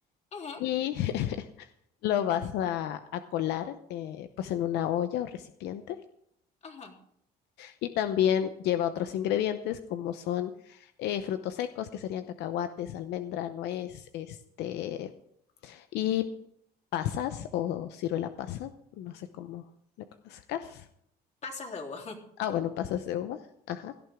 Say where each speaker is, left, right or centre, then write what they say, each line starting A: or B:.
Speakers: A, on the left; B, on the left.
A: ujú.
B: y <laughs> lo vas a, a colar eh, pues en una olla o recipiente
A: ujú.
B: y también lleva otros ingredientes como son eh, frutos secos que serían cacahuates, almendra, nuez, este y pasas o ciruela pasa, no sé cómo la conozcas.
A: Pasas de uva. <laughs>
B: Ah, bueno, pasas de uva, ajá.